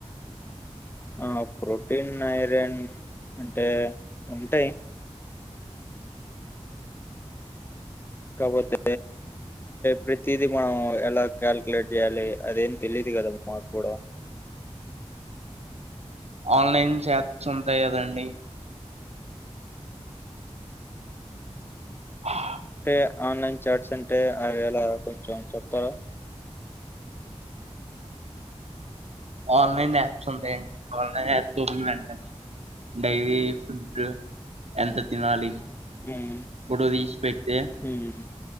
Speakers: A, on the left; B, on the right.
A: ఆ ప్రోటీన్ ఐరన్ అంటే ఉంటై కాపోతే ప్రీతి ది మన ఎలా క్యాల్క్లేట్ చేయాలి అదేం తెలియదు కదా మాకూడా
B: ఆన్లైన్ షాప్స్ ఉంటాయి గదండి హా
A: అంటే ఆన్లైన్ చాట్స్ అంటే అవేళ కొంచెం చెప్తారా
B: ఆన్లైన్ యాప్స్ ఉంటాయండి ఆన్లైన్ యాప్ వెడి డైలీ ఫుడ్ ఎంత తినాలి
A: ఉమ్
B: ఫోటో తీసి పెడ్తే
A: ఉమ్